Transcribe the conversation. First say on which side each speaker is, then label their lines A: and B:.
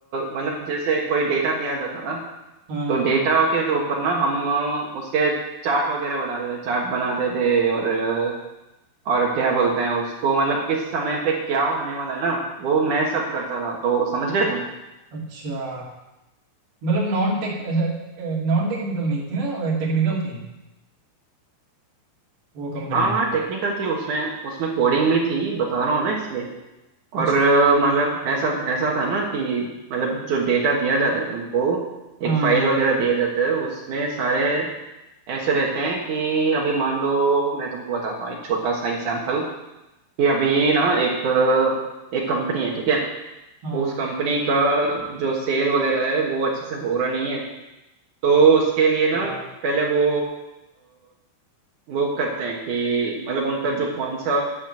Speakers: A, on the right (about 75°); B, on the right (about 55°).
A: मतलब जैसे कोई डेटा दिया जाता था
B: हाँ
A: तो डेटा
B: हाँ,
A: के ऊपर ना हम अ, उसके चार्ट वगैरह बनाते थे चार्ट बनाते थे और अ, और क्या बोलते हैं उसको मतलब किस समय पे क्या होने वाला है ना वो मैं सब करता था तो समझ गए तुम
B: अच्छा मतलब नॉन टेक ऐसा नॉन टेक्निकल नहीं थी ना टेक्निकल थी वो कंपनी
A: हाँ हाँ टेक्निकल थी उसमें उसमें कोडिंग
B: हाँ,
A: भी थी बता रहा हूँ ना इसलिए
B: अच्छा
A: और अ, मतलब ऐसा ऐसा था ना कि मतलब जो डेटा दिया जाता है तुमको
B: हाँ
A: एक फाइल
B: हाँ
A: वगैरह दिया जाता है उसमें सारे ऐसे रहते हैं कि अभी मान लो मैं तुमको बताता हूँ एक छोटा सा एग्जांपल कि अभी ना एक अ, एक कंपनी है ठीक है
B: हाँ
A: उस कंपनी का जो सेल वगैरह है वो अच्छे से हो रहा नहीं है तो उसके लिए ना
B: हाँ
A: पहले वो वो करते हैं कि मतलब उनका जो कौन सा